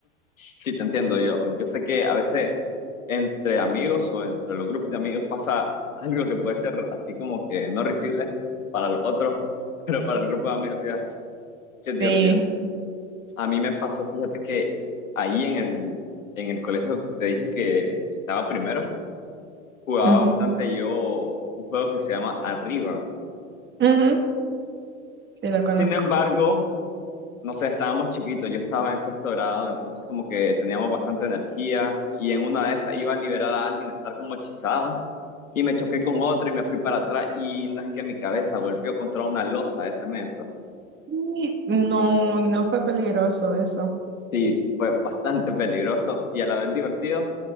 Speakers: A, on the left; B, on the right.
A: sí, te entiendo. Yo, yo sé que a veces entre amigos o entre los grupos de amigos pasa algo que puede ser así como que no risible para los otros, <laughs> pero para el grupo de amigos sí, es sí es divertido.
B: Sí,
A: A mí me pasó, fíjate que ahí en el, en el colegio que te dije que estaba primero, jugaba
B: ujú,
A: bastante yo un juego que se llama Arriba.
B: ujú, sí lo conozco.
A: Sin embargo, no sé, estábamos chiquitos, yo estaba en sexto grado, entonces como que teníamos bastante energía y en una de esas iba a liberar a alguien, a estar como hechizado y me choqué con otro y me fui para atrás y no es que mi cabeza golpeó contra una losa de cemento.
B: Y No, y no fue peligroso eso.
A: Sí, sí, fue bastante <laughs> peligroso y a la vez divertido.